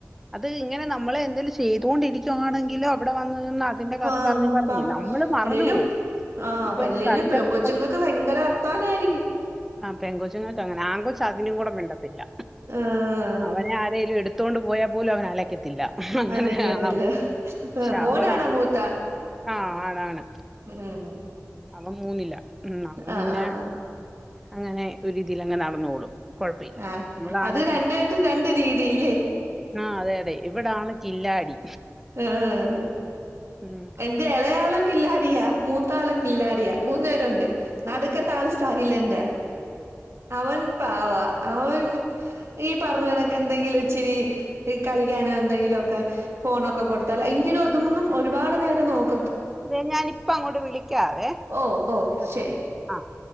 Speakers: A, in the centre; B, on the right (about 55°).
A: അത് ഇങ്ങനെ നമ്മളെ എന്തേലും ചെയ്തൊണ്ടിരിക്കുകയാണെങ്കിലോ ഇവിടെ വന്ന് നിന്ന് അതിന്റെ കഥ
B: ആഹ്
A: പറഞ്ഞ് പറഞ്ഞേ
B: പ്പ
A: നമ്മള് മറന്നു
B: അല്ലേലും
A: പോകും
B: ആഹ്
A: ഇപ്പം
B: അല്ലേലും
A: കറിക്കകത്ത്
B: പെൺ കൊച്ചുങ്ങൾക്ക് ഭയങ്കര വർത്താനം ആരിക്കും
A: ആഹ് പെകൊച്ചുങ്ങൾക്ക് അങ്ങനെ ആ കൊച്ചു അതിനും കൂടെ മിണ്ടത്തില്ല
B: ആഹ്
A: അവന് - എന്തേലും എടുത്തോണ്ട് പോയാ പോലും അവൻ അലയ്ക്കത്തില്ല അങ്ങനെ
B: അനക്കത്തില്ല
A: ആ പക്ഷെ
B: മോനാണോ
A: അവള് അത്
B: മൂത്ത
A: ആഹ് ആണ്
B: ഉം
A: അവൻ മൂന്നില ഉം അന്ന്
B: ആഹ്
A: പിന്നെ
B: ആഹ്
A: അങ്ങനെ ഒരുരിതിലങ്ങ് നടന്നോളും കുഴപ്പമില്ല
B: ആഹ്
A: ഇവളാണ്
B: അത് രണ്ടു പേരും രണ്ട് രീതിയില്-
A: ആഹ് അതെ അതെ ഇവിടാണ് കില്ലാടി
B: <unintelligible>
A: ഉം
B: എൻ്റെ എളയാളും കില്ലാടിയാ മൂത്താളും കില്ലാടിയാ മൂന്നു പേരുയുണ്ട് നടുക്കത്തെ ആള് സൈലന്റ് ആ അവൻ- ആവാ അവ <unintelligible> ൻ ഈ പറഞ്ഞേനൊക്കെ എന്തെങ്കിലും ഇച്ചിരി കളിക്കാനോ എന്തെങ്കിലൊക്കെ ഫോണൊക്കെ കൊടുത്താൽ. എങ്കിലും അതും മൊന്നും ഒരുപാട് നേരം നോക്
A: അതെ ഞാനിപ്പങ്ങോട്ട് വിളിക്കാവെ.
B: ഓ ഓ
A: പത്ത്
B: ശരി
A: മിനിറ്റ് ആഹ്.